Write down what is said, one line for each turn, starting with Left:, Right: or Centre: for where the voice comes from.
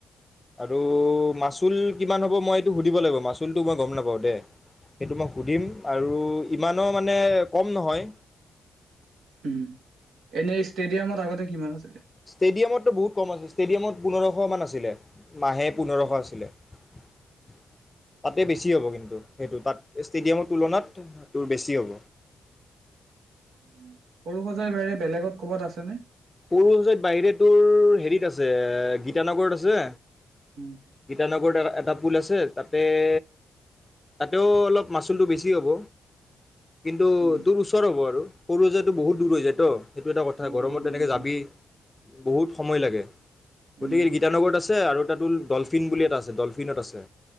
Left: আৰুউউ মাচুল কিমান হ'ব মই এইটো সুধিব লাগিব মাচুলটো মই গম নাপাওঁ দে। সেইটো মই সুধিম আৰু ইমানো মানে কম নহয়।
Right: উম, এনে ষ্টেডিয়ামত আগতে কিমান আছিলে?
Left: ষ্টেডিয়ামত টো বহুত কম আছে ষ্টেডিয়ামত পোন্ধৰশ মান আছিলে। মাহে পোন্ধৰশ
Right: অ
Left: আছিলে? <inaudible> তাতে বেছি হ'ব কিন্তু সেইটো তাত ষ্টেডিয়ামৰ তুলনাত তোৰ বেছি হ'ব।
Right: অ <inaudible> সৰু সজাই বাহিৰে বেলেগত ক'বাত আছেনে?
Left: সৰু সজাইত বাহিৰে তোৰ হেৰিত আছে এ গীতানগৰত আছে
Right: উম,
Left: গীতানগৰত এটা-এটা পুল আছে তাতেএএ তাতেও অলপ মাচুলটো বেছি হ'ব। কিন্তু
Right: উম,
Left: তোৰ ওচৰ হ'ব আৰু। সৰু সজাই টো বহুত দূৰ হৈ যায় ত'। সেইটো এটা কথা
Right: অ',
Left: গৰমত
Right: বহুত দূৰ
Left: যেনেকে
Right: হৈ
Left: যাবি,
Right: যায়,
Left: বহুত সময় লাগে, গতিকে
Right: উম।
Left: গীতানগৰত আছে ছে আৰু এটা টোল ডলফিন বুলি এটা আছে ডলফিনত আছে।